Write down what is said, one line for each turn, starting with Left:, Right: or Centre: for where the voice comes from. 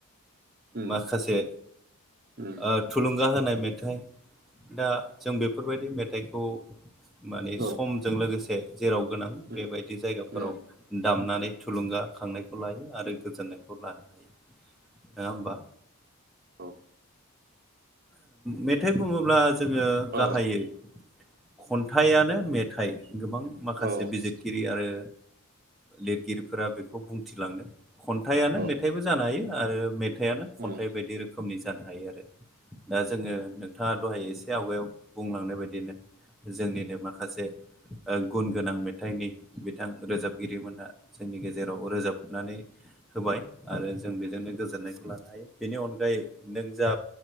Right: उम
Centre: माखासे
Right: उम
Centre: ओ थुलुंगा होनाय मेथाइ दा जों बेफोरबायदि मेथाइखौ माने
Right: औ
Centre: समजों लोगोसे जेराव गोनां
Right: उम
Centre: बेबायदि जायगाफोराव
Right: उम
Centre: दामनानै थुलुंगाखांनायखौ लायो आरो गोजोननायखौ लानो हायो नङा होमबा?
Right: औ।
Centre: मेथाइ बुङोब्ला जोङो
Right: औ
Centre: गाहायै खन्थाइआनो मेथाइ गोबां माखासे
Right: औ उम
Centre: बिजिरगि गिरि आरो लिरगिरिफोरा बेखौ बुंथिलांनो खन्थाइआनो मे
Right: उम
Centre: मेथाइबो
Right: औ उम
Centre: जानो हायो आरो मेथाइआानो खन्थाइ
Right: उम
Centre: बायदि रोखोमनि जानो हायो आरो। दा जोङो नोंथाङा दहाय एसे आवगायाव बुंलांनाय बायदिनो जोंनिनो माखासे ओ गुन गोनां मे थाइनि बिथां रोजाबगिरिमोनहा जोंनि गेजेराव रोजाबनानै होबाय। आरो जों बेजोंनो गोजोननायखौ लानो हायो बेनि अनगायै नों जा